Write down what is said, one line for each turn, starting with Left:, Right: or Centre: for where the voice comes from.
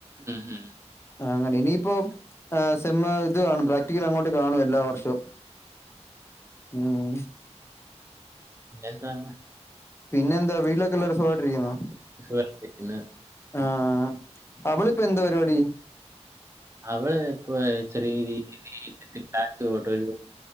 Right: ഉം, ഉം.
Left: അങ്ങനെ ഇനിയിപ്പോ സെമ്മ ഇത് കാണും പ്രാക്ടിക്കൽ അങ്ങോട്ട് കാണും എല്ലാ വർഷവും ഉം
Right: പിന്നെന്താ
Left: പിന്നെ എന്താ വീട്ടിലൊക്കെല്ലാവരും സുഖമായിട്ടിരിക്കുന്നോ
Right: സുഗായിട്ടിരിക്കുന്നു
Left: ആഹ അവളിപ്പൊ എന്താ പരിപാടി
Right: അവടെ ഇപ്പൊ ചെറിയ രീതിലാ പോട്ടരു